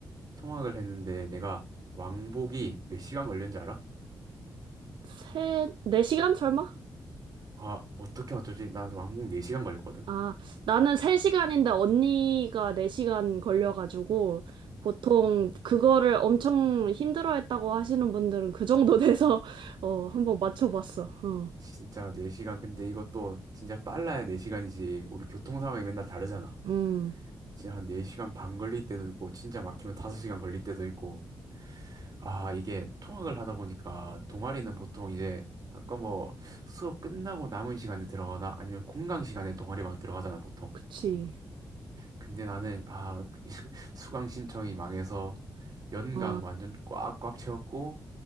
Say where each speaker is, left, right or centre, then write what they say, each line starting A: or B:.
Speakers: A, on the right (about 50°); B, on the right (about 75°).
A: 통학을 했는데 내가 왕복이 몇 시간 걸렸는지 알아?
B: 세, 네 시간 설마?
A: 아, 어떻게 어쩌지? 나 왕복 4시간 걸렸거든.
B: 아, 나는 세 시간인데 언니가 네 시간 걸려가지고 보통 그거를 엄청 힘들어했다고 하시는 분들은 그 정도 돼서 <laughs> 어, 한번 맞춰봤어. 어.
A: 진짜 4시간. 근데 이것도 진짜 빨라야 4시간이지. 우리 교통 상황이 맨날 다르잖아.
B: 음,
A: 지금 한 4시간 반 걸릴 때도 있고 진짜 막히면 5시간 걸릴 때도 있고 아 이게 통학을 하다 보니까 동아리는 보통 이제 아까 뭐 수업 끝나고 남은 시간에 들어가거나 아니면 공강 시간에 동아리방 들어가잖아 보통
B: 그치.
A: 근데 나는 아 <laughs> 수강 신청이 망해서 연강
B: 어.
A: 완전 꽉꽉 채웠고